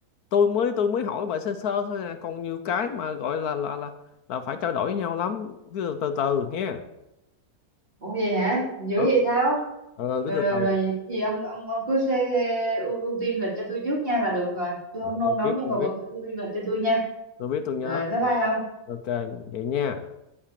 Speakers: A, on the left; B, on the right.
A: tôi mới tôi mới hỏi bà sơ sơ thôi à còn nhiều cái mà gọi là là là là phải trao đổi với nhau lắm cứ từ từ nha
B: Ủa vậy hả? Dữ
A: ừ
B: vậy sao?
A: ừ
B: Rồi
A: cứ từ
B: rồi
A: từ
B: rồi vậy có gì ông ông ông cứ xê, xê, ưu, ưu tiên lịch cho tôi trước nha là được rồi. Tôi
A: rồi
B: không nôn
A: tôi
B: nóng
A: biết
B: nhưng
A: tôi
B: mà vẫn
A: biết
B: phải ưu tiên lịch cho tôi nha.
A: tôi biết tôi nhớ
B: Rồi bye bye
A: rồi
B: ông.
A: ok vậy nha